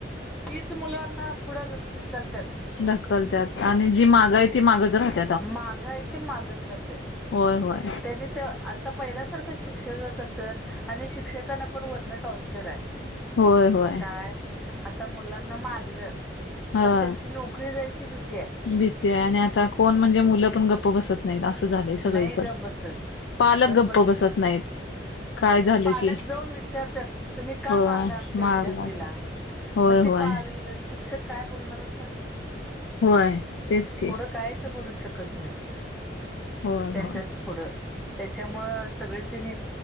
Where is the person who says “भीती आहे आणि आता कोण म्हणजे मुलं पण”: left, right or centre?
Left